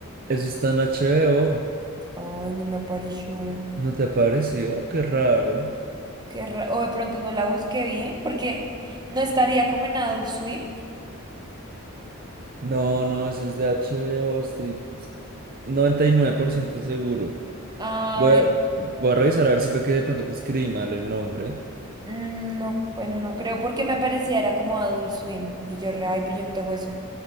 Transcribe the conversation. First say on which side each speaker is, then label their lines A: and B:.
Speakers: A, on the right; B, on the right.
A: eso está en HBO.
B: Ay, no me apareció.
A: ¿No te apareció Qué raro.
B: Qué ra- o de pronto no la busqué bien, porque no estaría como en Adult Swim.
A: No, no, eso es de HBO, estoy 99% seguro.
B: Ay,
A: Voy a, voy a revisar a ver si fue que de pronto te escribí mal el nombre.
B: no, bueno, no creo, porque me aparecía era como Adult Swim. Y yo, re, ay, pues yo no tengo eso.